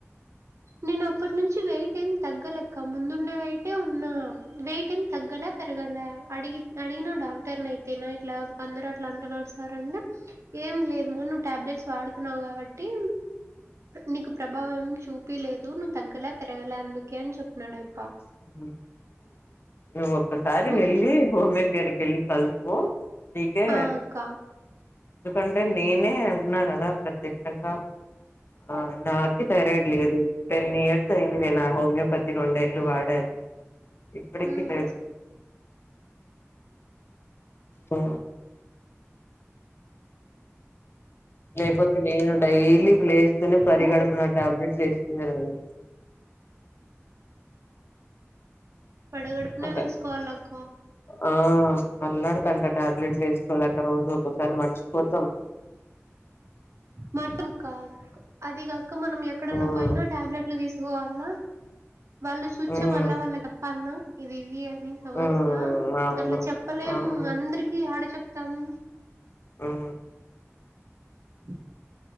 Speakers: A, on the right; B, on the left.
A: నేను అప్పట్నుంచి వెయిట్ ఏమ్ తగ్గలక్క ముందున్నే వెయిటే ఉన్నా వెయిటెమ్ తగ్గల పెరగాలే అడిగి అడిగిన డాక్టర్ని అయితేనా ఇట్లా అందరు అట్లా అంటున్నారు సార్ అంటే ఏం లేదమా నువ్వు టాబ్లెట్స్ వాడుతున్నావు కాబట్టి నీకు ప్రభావం ఏం చూపు చెప్పి లేదు నువ్వు తగ్గలే పెరగలే అందుకే అని చెప్పినన్నాడ అయప్ప
B: హ నువ్ ఒక్కసారి
A: హ్మ్.
B: వెళ్ళి హోమోకేర్కి వెళ్ళి కల్సుకో నీకే
A: ఆ! అక్క.
B: ఎందుకంటే నేనే ఉన్నా కదా ప్రత్యక్షంగా ఆ నాకి థైరాయిడ్ లేదు టెన్ ఇయర్స్ అయింది నే నా హోమియోపతి రెండెల్లు వాడ్ తెను ఇప్పటికి
A: హ్మ్.
B: లేదు ఆ లేకపోతే నేను డైలీ లేస్తనే పరిగడుపున
A: సో,
B: టాబ్లెట్లు లేసుకునే దాన్ని
A: పడగడపునే
B: అట
A: వేస్కోవాలాక్క
B: ఆ అల్లడ్తంటా టాబ్లెట్లు వేస్కోలేక రోజూ ఒక్కొక్సరి మర్చిపోతాం
A: మనం కక్ అది కాక మనం ఎక్కడన్నా
B: ఉమ్
A: పోయినా టాబ్లెట్ ట్లు తీసుకోవాలన్నా వాళ్ళు చూచే
B: ఉమ్
A: వాల్ల వాళ్ళ తప్పాలన్నా ఇది ఇవి అని సమస్య
B: ఉమ్ అవును
A: అట్లా చెప్పలేం
B: అవును
A: అందరికి ఆడ చెప్తాము
B: ఆ
A: అ